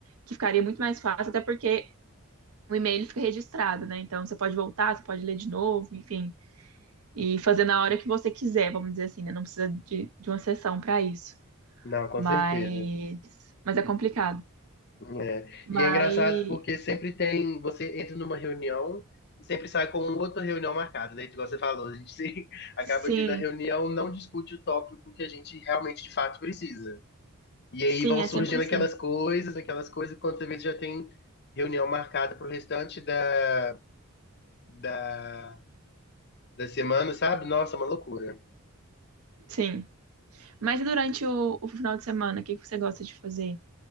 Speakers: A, on the right (about 80°); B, on the left (about 50°).
A: que ficaria muito mais fácil, até porque o e-mail fica registrado, né? Então você pode voltar, você pode ler de novo, enfim, e fazer na hora que você quiser, vamos dizer assim, né? Não precisa de, de uma sessão para isso.
B: Não, com
A: Mas,
B: certeza.
A: mas é complicado.
B: É.
A: Mas
B: E é engraçado porque sempre tem, você entra numa reunião e sempre sai com outra reunião marcada, né? Igual você falou, a gente se- <laughs> acaba
A: sim,
B: que na reunião não discute o tópico que a gente realmente de fato precisa. E aí
A: sim,
B: vão
A: é
B: surgindo
A: sempre assim.
B: aquelas coisas, aquelas coisas, quando você vê já tem reunião marcada pro restante da, da, da semana, sabe? Nossa, é uma loucura.
A: Sim. Mas e durante o, o final de semana, o que que você gosta de fazer?